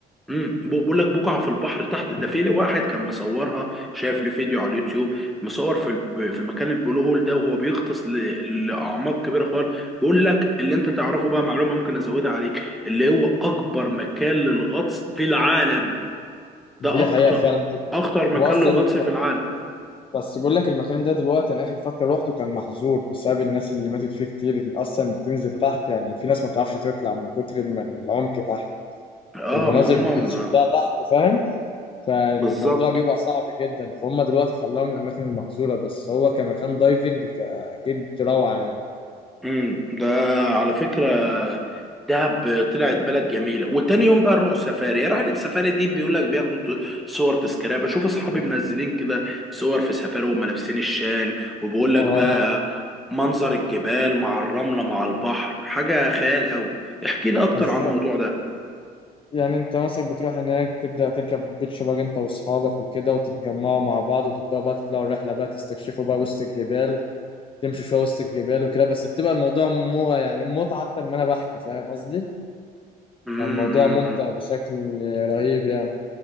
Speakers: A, in the centre; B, on the left (about 30°).
A: امم بقول لك بقع في البحر تحت ده في واحد كان مصورها شاف لي فيديو على اليوتيوب مصور في الب- في مكان البلو هول ده وهو بيغطس ل- لاعماق كبيره خالص بقول لك اللي انت تعرفه بقى معلومه ممكن ازودها عليك اللي هو اكبر مكان للغطس في العالم
B: دي
A: ده اكتر
B: حقيقة فعلا دي.
A: اخطر مكان
B: هو أصلا
A: للغطس
B: الم-
A: في العالم
B: بس بقول لك المكان ده دلوقتي أنا آخر فترة روحته كان محظور بسبب الناس اللي ماتت فيه كتير اللي أصلا بتنزل تحت يعني في ناس ما بتعرفش تطلع من كتر ما العمق تحت
A: اه
B: المناظر
A: ما هما ما
B: بتشدها تحت فاهم فالموضوع
A: بالظبط
B: بيبقى صعب جدا فهم دلوقتي خلوها من الأماكن المحظورة بس هو كمكان دايفنج ك- أكيد روعة يعني
A: امم ده على فكرة دهب طلعت بلد جميلة وتاني يوم بقى نروح سفاري رحلة السفاري دي بيقول لك بياخدوا ت- صور تذكارية بشوف اصحابي منزلين كده صور في سفاري وهم لابسين الشال وبيقول لك
B: آه
A: بقى منظر الجبال مع الرملة مع البحر حاجة خيال قوي احكي لي اكتر
B: بالظبط
A: عن الموضوع ده
B: يعني انت مثلا بتروح هناك تبدأ تركب بيتش باج انت واصحابك وكده وتتجمعوا مع بعض وتبدأوا بقى تطلعوا رحلة بقى تستكشفوا بقى وسط الجبال تمشوا شوية وسط الجبال وكده بس بتبقى الموضوع مو يعني متعة أكتر ما أنا بحكي فاهم قصدي؟
A: امم
B: يعني الموضوع
A: أمم،
B: ممتع
A: أمم.
B: بشكل رهيب يعني